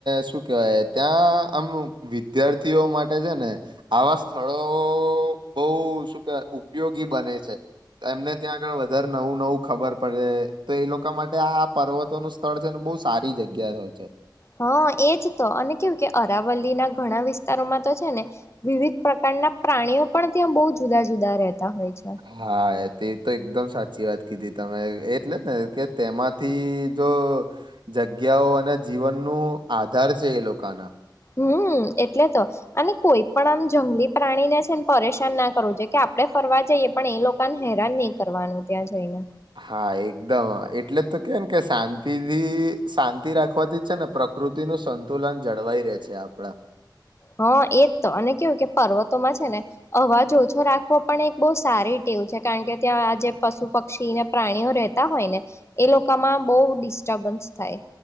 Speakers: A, on the right; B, on the left.
A: શું કેવાય ત્યાં આમ વિદ્યાર્થીઓ માટે છે ને આવા સ્થળો બઉુ શું કે ઉપયોગી બને છે. એમને ત્યાં આગળ વધારે નવું નવું ખબર પડે તો એ લોકો માટે આ પર્વતોનું સ્થળ છે ને બહુ સારું કઈ જગ્યા હો છે.
B: હા એજ તો અને કેવું કે અરાવલ્લી ના ઘણા વિસ્તારોમાં તો છે ને વિવિધ પ્રકાર ના પ્રાણીઓ પણ ત્યાં બહુ જુદા જુદા રહેતા હોય છે.
A: હા એ તે તો એકદમ સાચી વાત કીધી તમે એટલે ને કે તેમાંથી જો જગ્યાઓ અને જીવન નું આધાર છે એ લોકોના
B: હમ એટલે તો અને કોઈ પણ આમ જંગલી પ્રાણીને છે ને પરેશાન ના કરવું છે કે આપડણે ફરવા જઈએ પણ એ લોકોને હેરાન નહી કરવાનું ત્યાં જઈને.
A: હા એકદમ એટલે તો કેમ કે શાંતિથી શાંતિ રાખવાથી છે ને પ્રકૃતિનું સંતુલન જળવાઈ રહે છે આપણા.
B: હા એજ તો અને કેવું કે પર્વતોમાં છે ને અવાજ ઓછો રાખવો પણ એક બહ સારી એવું છે કારણ કે ત્યાં આ જે પશુ પક્ષીને પ્રાણીઓ રહેતા હોય ને. એ લોકોમાં બહુ ડિસ્ટર્બન્સ થાય.